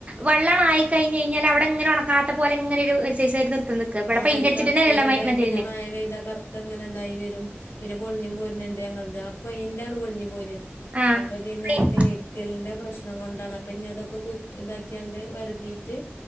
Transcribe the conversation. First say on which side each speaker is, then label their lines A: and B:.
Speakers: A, on the right; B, on the left.
A: വള്ളളായി കഴിഞ്ഞ അവിടെ ഇങ്ങന ഉണക്കാത്ത പോലെനെ ഒരു നിക്ക ഇവിടെ
B: ആയി
A: പെയിന്റ് അടിച്ചിട്ടന്നെല്ലല്ലോ
B: കറുത്തത്
A: മ മതിലിന്
B: പിന്നെ മഴ പെയ്താ കറുത്ത അങ്ങനെ ഇതായി വരും പിന്നെ പൊളിഞ്ഞും പോരണ്ട് അപ്പൊ എന്താണ് പൊളിഞ്ഞു പോര
A: ആഹ്
B: അപ്പൊ പിന്നെ
A: ആഹ്
B: ഈ തേക്കലിന്റെ പ്രശ്നം കൊണ്ടാണ് അപ്പൊ ഇഞ് അതൊക്കെ ഇതാക്കിയാണ്ട് ഒരാതിയിട്ട്